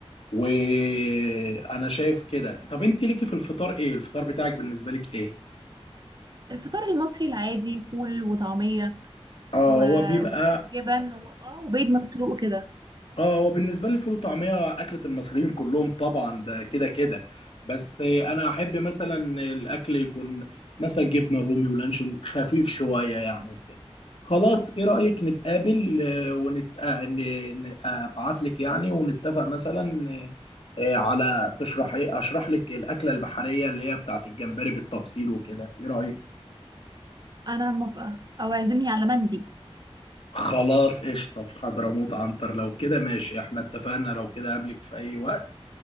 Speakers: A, on the left (about 60°); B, on the right (about 40°).
A: وانا شايف كده طب انت ليكي في الفطار ايه الفطار بتاعك بالنسبه لك ايه
B: الفطار المصري العادي فول وطعمية
A: اه
B: و...
A: هو بيبقى
B: وساعات جبن و... اه وبيض مسلوق كده
A: اه هو بالنسبه لي الفول وطعميه اكله المصريين كلهم طبعا ده كده كده بس انا احب مثلا الاكل يكون مثلا جبنه رومي ولانشون خفيف شويه يعني وكده خلاص ايه رايك نتقابل آه، ونت ابعت لك يعني ونتفق مثلا آه، على تشرح ايه اشرح لك الاكله البحريه اللي هي بتاعت الجمبري بالتفصيل وكده ايه رايك
B: أنا موافقة أو اعزمني على مندي
A: خلاص قشطة في حضرموت عنتر لو كده ماشي احنا اتفقنا لو كده قابلك في أي وقت